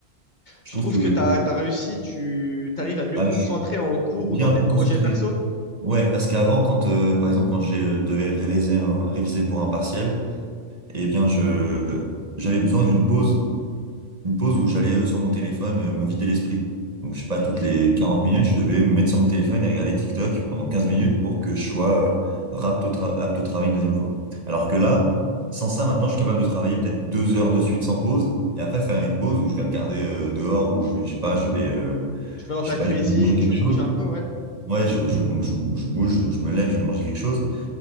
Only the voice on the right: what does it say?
Je
trouve
que
ah,
Bien
plus
concentré.
Ouais, parce qu'avant, quand euh, par exemple quand je devais réviser un, réviser pour un partiel, eh bien je j'avais besoin d'une pause, une pause où j'allais euh, sur mon téléphone euh, me vider l'esprit. Donc je sais pas,
toutes les 40 minutes, je devais me mettre sur mon téléphone et regarder TikTok pendant 15 minutes pour que je sois euh, apte au tra- apte au travail une deuxième fois. Alors que là, sans ça, maintenant, je suis capable de travailler peut-être deux heures de suite sans pause et après faire une pause où je vais regarder euh, dehors, où je, je sais pas, je vais euh,
je
sais pas,
je vais manger quelque
chose.
Ouais, je, je, donc je, je bouge, je me lève, je vais manger quelque chose.